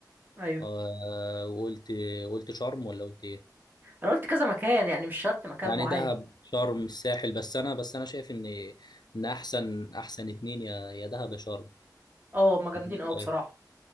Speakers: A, on the right (about 25°); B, on the left (about 70°).
A: ايوه
B: آه، وقلت قلت شرم ولا قلت ايه
A: انا قلت كذا مكان يعني مش شرط مكان
B: يعني
A: معين
B: دهب شرم الساحل بس انا بس انا شايف ان ان احسن احسن اتنين يا يا دهب يا شرم
A: اه هما جامدين
B: أنت إيه
A: قوي بصراحه
B: رأيك؟